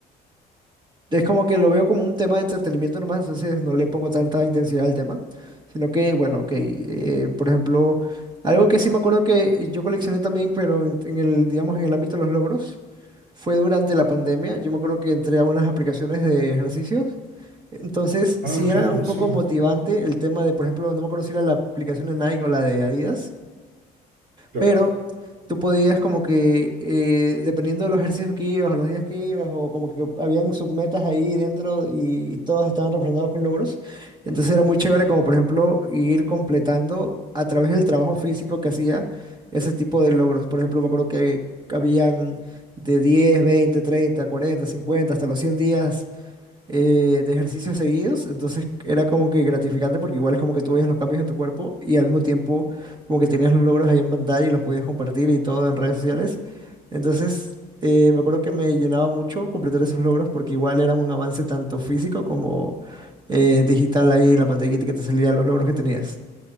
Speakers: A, on the right (about 25°); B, on the right (about 65°).
A: Es como que lo veo como un tema de entretenimiento nomás, entonces no le pongo tanta intensidad al tema, sino que, bueno, ok, eh, por ejemplo, algo que sí me acuerdo que yo coleccioné también, pero en, en el, digamos, en el ámbito de los logros, fue durante la pandemia, yo me acuerdo que entré a unas aplicaciones de ejercicios, entonces
B: Ah,
A: sí
B: claro,
A: era un
B: sí,
A: poco motivante el tema de, por ejemplo, no me acuerdo si era la aplicación de Nike o la de Adidas,
B: claro.
A: pero tú podías como que, eh, dependiendo de los ejercicios que ibas o los días que ibas, o como que habían submetas ahí dentro y, y todos estaban representados con logros. Entonces era muy chévere como por ejemplo ir completando a través del trabajo físico que hacía ese tipo de logros. Por ejemplo, me acuerdo que habían de diez, veinte, treinta, cuarenta, 50 hasta los 100 días eh, de ejercicios seguidos, entonces era como que gratificante porque igual es como que tú veías los cambios en tu cuerpo y al mismo tiempo como que tenías los logros ahí en pantalla y los podías compartir y todo en redes sociales. Entonces eh, me acuerdo que me llenaba mucho completar esos logros porque igual era un avance tanto físico como eh, digital ahí, la pantallita que te salía los logros que tenías.